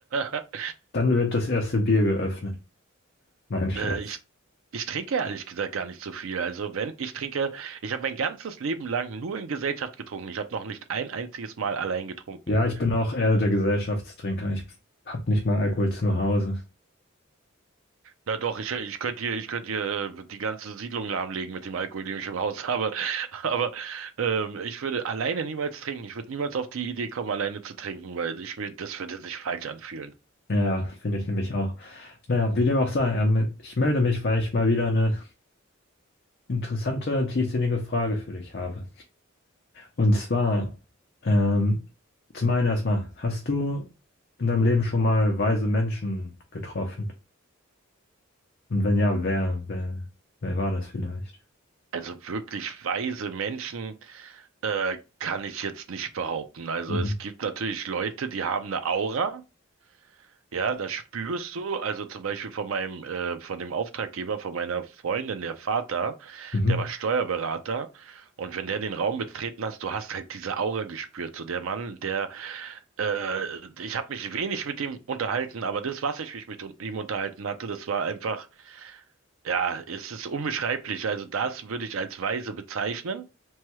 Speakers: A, on the right; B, on the left.
A: <laughs>
B: Dann wird das erste Bier geöffnet. Nein, Scherz.
A: Äh, ich, ich trinke ehrlich gesagt gar nicht so viel. Also wenn ich trinke, ich habe mein ganzes Leben lang nur in Gesellschaft getrunken. Ich habe noch nicht ein einziges Mal allein getrunken.
B: Ja, ich bin auch eher der Gesellschaftstrinker. Ich hab nicht mal Alkohol zu Hause.
A: Na doch, ich, ich könnte hier, ich könnte hier äh, die ganze Siedlung lahmlegen mit dem Alkohol, den ich im Haus habe. <laughs> Aber ähm, ich würde alleine niemals trinken. Ich würde niemals auf die Idee kommen, alleine zu trinken, weil ich mir, das würde sich falsch anfühlen.
B: Ja, ja, finde ich nämlich auch. Naja, wie dem auch sei, ähm, ich melde mich, weil ich mal wieder eine interessante, tiefsinnige Frage für dich habe. Und zwar, ähm, zum einen erstmal, hast du in deinem Leben schon mal weise Menschen getroffen? Und wenn ja, wer, wer, wer war das vielleicht?
A: Also wirklich weise Menschen äh, kann ich jetzt nicht behaupten. Also
B: Mhm.
A: es gibt natürlich Leute, die haben eine Aura. Ja, das spürst du. Also zum Beispiel von meinem, äh, von dem Auftraggeber, von meiner Freundin, der Vater,
B: Mhm.
A: der war Steuerberater. Und wenn der den Raum betreten hast, du hast halt diese Aura gespürt. So der Mann, der, äh, ich habe mich wenig mit ihm unterhalten, aber das, was ich mich mit un- ihm unterhalten hatte, das war einfach, ja, es ist unbeschreiblich. Also das würde ich als weise bezeichnen.